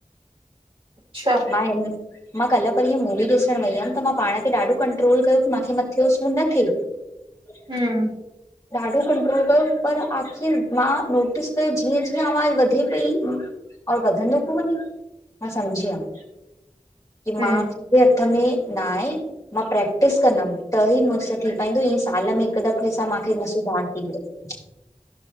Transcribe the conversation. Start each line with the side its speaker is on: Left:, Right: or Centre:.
Right: अच्छा
Left: मां, हिन, मां कल्ह परीहं मूवी ॾिसण वई हुअमि त मां पाण खें कंट्रोल कयो की मां कि मथे जों सूर न थिये।
Right: हम्म
Left: ॾाढो कंट्रोल कयो, पर आख़िर मां नोटिस कयो जीअं- जीअं आवाज़ वधे पई और वधंदो पो वञे, मां समझी वयम। की
Right: हम्म
Left: मां पीउे जे हथ में ना आहे। मां प्रैक्टिस कंदमि त ही मूंसां थी पाइंदो, ईअं साल में हिकु दफ़े सां मूंखे न सुधारु थींदो। <unintelligible>